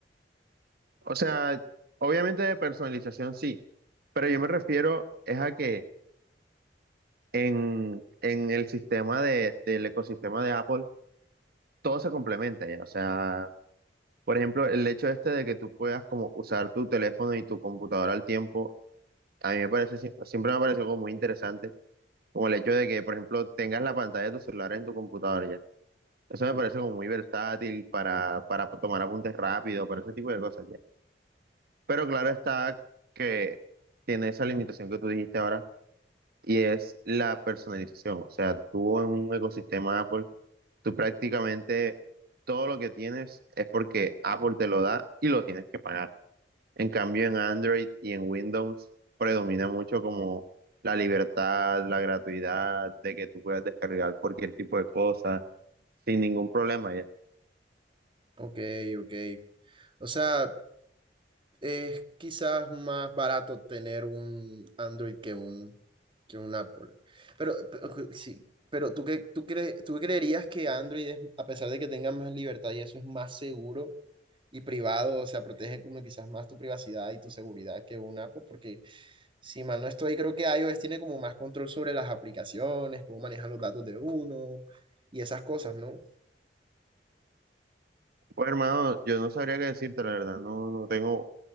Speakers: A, on the right; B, on the right.
A: O sea, obviamente de personalización sí, pero yo me refiero es a que en, en el sistema de, del ecosistema de Apple todo se complementa ya. O sea, por ejemplo, el hecho este de que tú puedas como usar tu teléfono y tu computadora al tiempo, a mí me parece, sie- siempre me ha parecido como muy interesante, como el hecho de que, por ejemplo, tengas la pantalla de tu celular en tu computadora ya. Eso me
B: Mm,
A: parece como muy versátil para, para tomar apuntes rápido, para ese tipo de cosas ya. Pero claro está que tiene esa limitación que tú dijiste ahora y es la personalización. O sea, tú en un ecosistema Apple, tú prácticamente todo lo que tienes es porque Apple te lo da y lo tienes que pagar. En cambio, en Android y en Windows predomina mucho como la libertad, la gratuidad, de que tú puedas descargar cualquier tipo de cosa sin ningún problema ya.
B: ok, ok. O sea, es quizás más barato tener un Android que un, que un Apple. Pero, pero sí, pero ¿tú, qué, tú, cre- tú creerías que Android, es, a pesar de que tenga más libertad y eso es más seguro? y privado, o sea, protege como quizás más tu privacidad y tu seguridad que una Apple, porque si mal no estoy, creo que iOS tiene como más control sobre las aplicaciones, cómo manejan los datos de uno y esas cosas, ¿no?
A: Pues hermano, yo no sabría qué decirte, la verdad, no, no tengo